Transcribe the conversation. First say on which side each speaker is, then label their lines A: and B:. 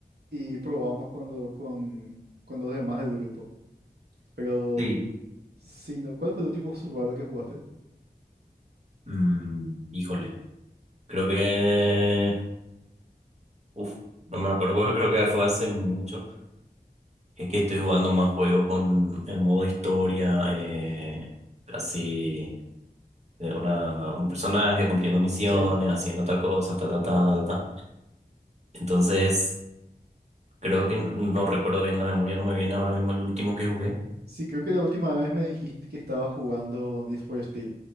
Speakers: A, on the right; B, on the right.
A: y probamos con, lo- con, con los demás del grupo. Pero,
B: Sí.
A: si no, ¿cuál fue el último survival que jugaste?
B: Mm, híjole. Creo que... Uf, no me acuerdo <laughs> porque creo que fue hace mucho. Es que estoy jugando más juegos con el modo historia, eh, casi de una, un personaje cumpliendo misiones,
A: Sí.
B: haciendo tal cosa, ta, ta, ta, ta, ta. ta. Entonces, creo que no, no recuerdo bien la memoria, no me viene ahora mismo el último que jugué.
A: Sí, creo que la última vez me dijiste que estabas jugando Need for Speed.